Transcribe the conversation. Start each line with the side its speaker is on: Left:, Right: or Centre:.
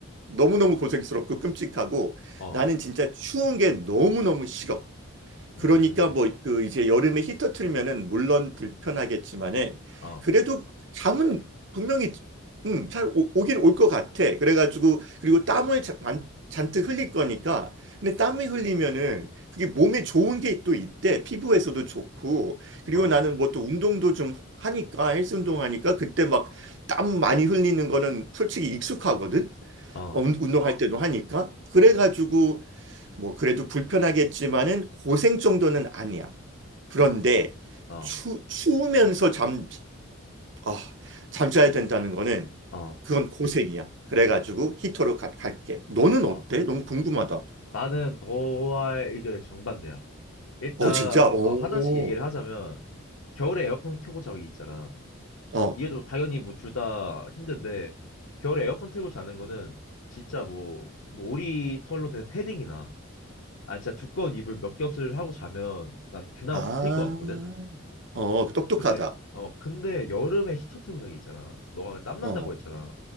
Right: 너무너무 고생스럽고 끔찍하고
Left: 어,
Right: 나는 진짜 추운 게 너무너무 싫어. 그러니까
Left: 음,
Right: 뭐 그 이제 여름에 히터 틀면은 물론 불편하겠지만은
Left: 어,
Right: 그래도 잠은 분명히 음, 잘 오, 오긴 올 것 같아. 그래가지고 그리고 땀을 자- 만- 잔뜩 흘릴 거니까. 근데 땀이 흘리면은 그게 몸에 좋은 게 또 있대. 피부에서도 좋고. 그리고
Left: 어,
Right: 나는 뭐 또 운동도 좀 하니까 헬스 운동하니까 그때 막 땀 많이 흘리는 거는 솔직히 익숙하거든.
Left: 어,
Right: 어, 운- 운동할 때도 하니까. 그래가지고 뭐 그래도 불편하겠지만은 고생 정도는 아니야. 그런데
Left: 어,
Right: 추, 추우면서 잠, 아, 잠자야 된다는 거는
Left: 어,
Right: 그건 고생이야. 그래가지고 히터로 가- 갈게. 너는 어때?
Left: 어.
Right: 너무 궁금하다.
Left: 나는 너와의 의견에 정반대야. 일단
Right: 어, 진짜? 오,
Left: 어, 하나씩 얘기를 하자면 겨울에 에어컨 켜고 자기 있잖아.
Right: 어,
Left: 이게 또 당연히 뭐 둘 다 힘든데 겨울에 에어컨 틀고 자는 거는 진짜 뭐, 뭐 오리 털로 된 패딩이나 아 진짜 두꺼운 이불 몇 겹을 하고 자면 난 그나마
Right: 아,
Left: 버틸 것 같거든.
Right: 어, 그 똑똑하다.
Left: 근데 어 근데 여름에 히터 틀고 자기 있잖아. 너가 땀 난다고
Right: 어,
Left: 했잖아.